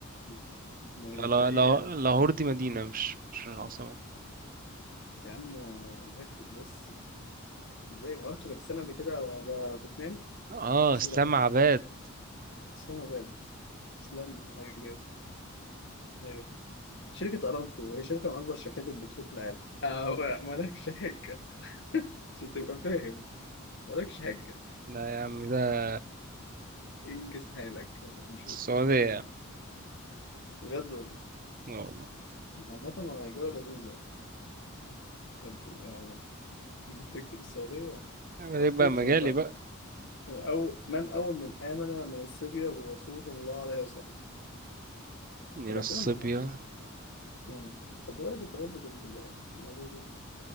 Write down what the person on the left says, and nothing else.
م- ما
أنت
إيه
يعني؟
يا عم ركز بس زي ما قلتش لك السنة قبل كده ولا بتنام
بس
لا
اسلام أباد اسلام أباد أيوة. شركة أرامكو هي شركة من أكبر شركات البترول في العالم آه هو مالكش حجة عشان تبقى فاهم مالكش حجة
انجز حالك عشان نشوف
بجد والله
عامة هو جولة لذيذة هتجيب ايه يا عمر <laughs> تكتب السعودية
عايز
تكسب
بقى
أو من أول من آمن من الصبية برسول الله عليه وسلم
الأسئلة
المحاصصة مم. خد بالك انت برضه كنت ب- لو